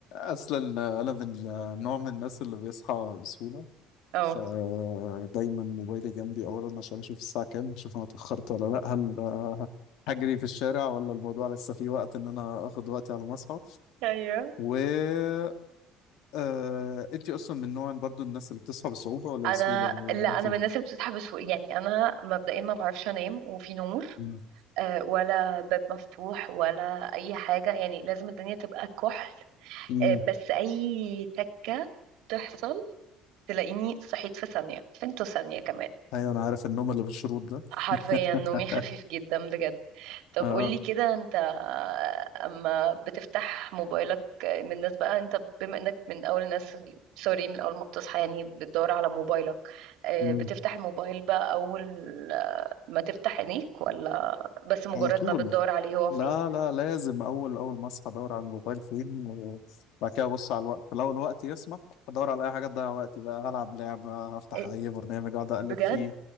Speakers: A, on the left; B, on the right.
A: أصلا أنا من نوع من الناس اللي بيصحى بسهولة
B: اه
A: فدايما موبايلي جنبي اولا عشان اشوف الساعه كام اشوف انا اتاخرت ولا لا هل آه، هجري في الشارع ولا الموضوع لسه فيه وقت ان انا اخد وقتي على ما اصحى
B: ايوه
A: و آه، انتي اصلا من نوع برضو الناس اللي بتصحى بصعوبه ولا
B: انا
A: بسهوله يعني لو
B: لا
A: انتي
B: انا من الناس اللي بتصحى بسهوله يعني انا مبدئيا ما بعرفش انام وفي نور
A: مم.
B: آه، ولا باب مفتوح ولا اي حاجه يعني لازم الدنيا تبقى كحل
A: مم.
B: آه، بس اي تكه تحصل تلاقيني صحيت في ثانيه فين ثانيه كمان
A: ايوه انا عارف النوم اللي بالشروط ده
B: حرفيا
A: <laughs>
B: نومي خفيف جدا بجد طب
A: اه
B: قولي كده انت اما بتفتح موبايلك من الناس بقى انت بما انك من اول الناس سوري من اول ما بتصحى يعني بتدور على موبايلك آه،
A: مم.
B: بتفتح الموبايل بقى اول ما تفتح عينيك ولا بس مجرد
A: على طول
B: ما بتدور عليه هو
A: لا
B: فين
A: لا لازم اول اول ما اصحى ادور على الموبايل فين وبعد كده ابص على الوقت لو الوقت يسمح ادور على اي حاجه تضيع وقتي بقى هلعب لعبه هفتح
B: آه،
A: اي برنامج اقعد اقلب
B: بجد
A: فيه